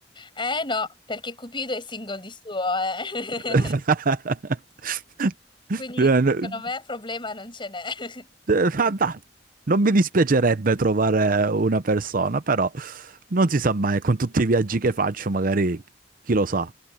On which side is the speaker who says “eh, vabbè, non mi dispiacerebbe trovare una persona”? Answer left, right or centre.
Right